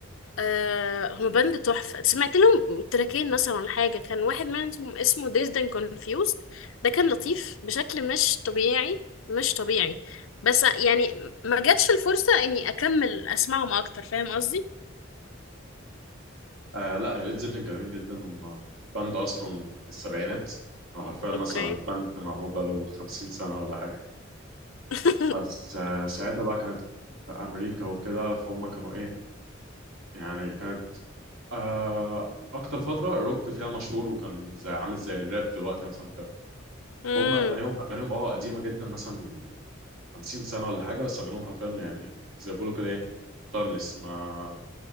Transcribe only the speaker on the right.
آه لا يا ليد زيبلين جميلين جدا هم باند أصلا من السبعينات أو حرفيا مثلا
باند معمول بقاله 50 سنة ولا حاجة
بس آه ساعتها بقى كانت في أمريكا وكده فهم كانوا إيه يعني كانت آه أكتر فترة الروك فيها مشهور وكان زي عامل زي الراب دلوقتي مثلا وكده
هم أغانيهم أغانيهم أه قديمة جدا مثلا 50 سنة ولا حاجة بس أغلبهم حرفيا يعني زي ما بيقولوا كده إيه تايمليس ما